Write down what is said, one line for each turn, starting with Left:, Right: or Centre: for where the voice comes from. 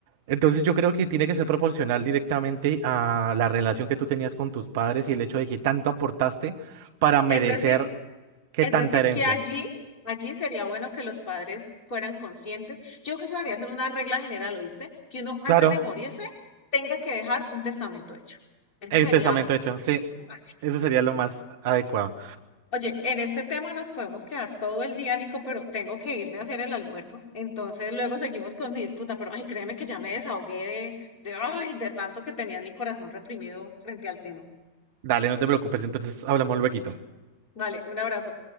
Right: Entonces yo creo que tiene que ser proporcional directamente a la relación que tú tenías con tus padres y el hecho de que tanto aportaste para merecer
Left: Es decir,
Right: que
Left: es
Right: tanta
Left: decir
Right: herencia.
Left: que allí, allí sería bueno que los padres fueran conscientes. Yo creo que eso debería ser una regla general, ¿oíste? Que uno antes
Right: Claro.
Left: de morirse tenga que dejar un testamento hecho. Eso
Right: Extensamente
Left: sería
Right: hecho, sí.
Left: básico.
Right: Eso sería lo más adecuado.
Left: Oye, en este tema nos podemos quedar todo el día, Nico, pero tengo que irme a hacer el almuerzo. Entonces luego seguimos con mi disputa, pero ay, créeme que ya me desahogué de, de, ay, de tanto que tenía en mi corazón reprimido frente al tema.
Right: Dale, no te preocupes, entonces hablamos luego.
Left: Vale, un abrazo.